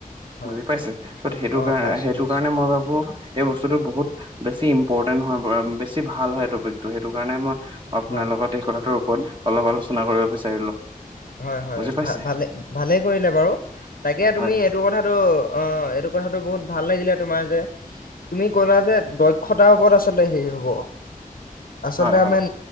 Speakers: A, on the left (about 85°); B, on the right (about 35°).
A: হয়
B: বুজি পাইছে ত সেইটো
A: অ
B: কাৰ
A: পাইছোঁ
B: সেইটো
A: পাইছোঁ
B: কাৰণে মই ভাবো এই বস্তুটো বহুত বেছি ইম্পৰ্টেণ্ট হয়। অম বেছি ভাল হয় টপিক, ত' সেইটো কাৰণে মই আপোনাৰ
A: হয়
B: লগত এই কথাটোৰ হল, অলপ আলোচনা কৰিব বিচাৰিলো।
A: হয় হয়
B: বুজি পাইছে
A: ভ ভালে ভালেই কৰিলে বাৰু তাকে
B: হয়
A: তুমি এইটো কথাটো অ এইটো কথাটো বহুত ভাল লাগিলে তোমাৰ যে তুমি কলা যে দক্ষতাৰ ওপৰত আচলতে হেৰি হব। আচলতে
B: হয় হয়
A: আমেন